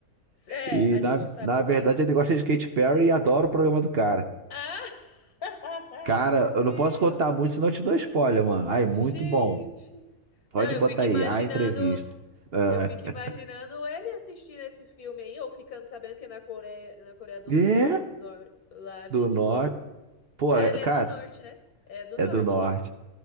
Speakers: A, on the left (about 80°); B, on the right (about 50°).
A: É,
B: E
A: a gente
B: na,
A: sabe
B: na
A: o básico.
B: verdade ele gosta de Katy Perry e adora o programa do cara.
A: Ah, <laughs>
B: Cara,
A: meu
B: eu
A: Deus,
B: não posso contar muito, senão eu te dou spoiler, mano. Ai,
A: gente.
B: muito bom. Pode
A: Não, eu
B: botar
A: fico imaginando
B: aí, a entrevista. É,
A: Eu fico imaginando ele assistindo esse filme aí, ou ficando sabendo que na Coreia, na Coreia do,
B: é
A: do Norte lá é
B: do
A: meio difícil.
B: norte. Pô,
A: É,
B: é-
A: ele
B: cara,
A: é do norte, né? É do
B: é
A: norte
B: do norte.
A: ele.